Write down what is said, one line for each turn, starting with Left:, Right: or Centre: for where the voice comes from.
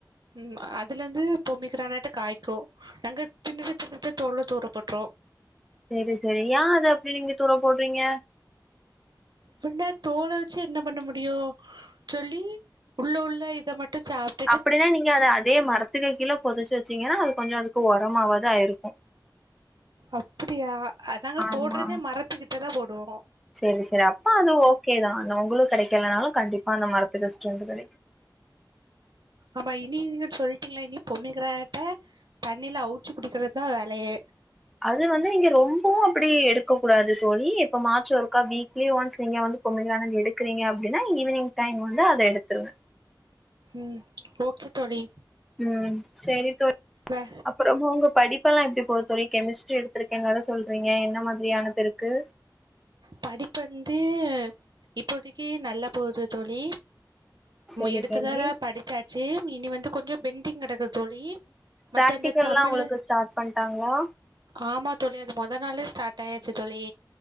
Right: ம் அதுலருந்து பொமிகிரானட்டு காய்க்கும் நாங்க தின்னுட்டு தின்னுட்டு தோல தூர போட்டுருவோ
Centre: செரி செரி ஏ அது அப்டி நீங்க தூர போடுறீங்க
Right: பின்ன தோல வச்சி என்ன பண்ண முடியும் சொல்லி உள்ள உள்ள இத மட்டும் சாப்
Centre: அப்டின்னா நீங்க அத அதே மரத்துக்கு கீழ பொதச்சி வச்சீங்கன்னா அது கொஞ்சம் அதுக்கு ஒரமாவது ஆயிருக்கும்
Right: அப்டியா அதாங்க
Centre: ஆமா
Right: போடறதே மரத்துக்கிட்டதா போடுவோ
Centre: செரி செரி அப்ப அது ஓகே தா ஆனா ஒங்களுக் கெடைக்கலனாலும் கண்டிப்பா அந்த மரத்துக்கு ஸ்டென்த் கெடைக்கும்
Right: ஆமா இனி நீங்க சொல்ட்டீங்க இல்ல இனி பொமிக்கிரானட்ட தண்ணியில அவுச்சி குடிக்கிறதான் வேலையே
Centre: அது வந்து நீங்க ரொம்பவும் அப்டி எடுக்க கூடாது தோழி இப்ப மார்ச் ஒருக்கா வீக்லி ஒன்ஸ் நீங்க வந்து பொமிகிரானட் எடுக்கறீங்க அப்டின்னா ஈவினிங் டைம் வந்து அத எடுத்துருங்க
Right: ம் ஓகே தோழி
Centre: ம் செரி தோ
Right: வே
Centre: அப்பறமா உங்க படி ப்பெல்லாம் எப்டி போது தோழி கெமிஸ்ட்ரி எடுத்திருக்கேன் வேற சொல்றீங்க என்ன மாதிரியானது இருக்கு
Right: படிப்பு வந்து இப்போதிக்கு நல்லா போவுது தோழி
Centre: செரி
Right: எடுத்துதர
Centre: செரி
Right: படிச்சாச்சி இனி வந்து கொஞ்சோ பெண்டிங் கடக்குது தோழி மத்த
Centre: பிராக்டிகல்லாம்
Right: இந்த தமிழ்
Centre: உங்களுக்கு ஸ்டாட் பண்ட்டாங்களா
Right: ஆமா தோழி அது மொத நாளே ஸ்டாட் ஆயிருச்சி தோழி